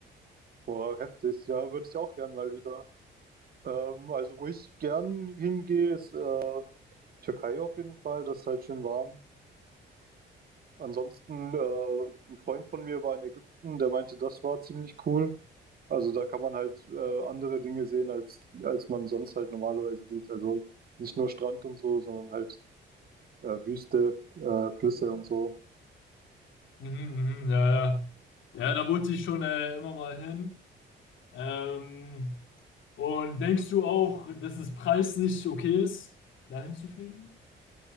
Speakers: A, on the right; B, on the left.
A: Boah, heftig. Ja, würde ich auch gern mal wieder. Ähm, also, wo ich gern hingehe, ist äh, Türkei auf jeden Fall. Das ist halt schön warm. Ansonsten, äh, ein Freund von mir war in Ägypten, der meinte, das war ziemlich cool. Also, da kann man halt äh, andere Dinge sehen, als, als man sonst halt normalerweise sieht. Also, nicht nur Strand und so, sondern halt äh, Wüste, äh, Flüsse und so.
B: Mhm, mhm, ja, ja. Ja, da wollte ich schon äh, immer mal hin. Ähm, und denkst du auch, dass es preislich okay ist, dahin zu fliegen?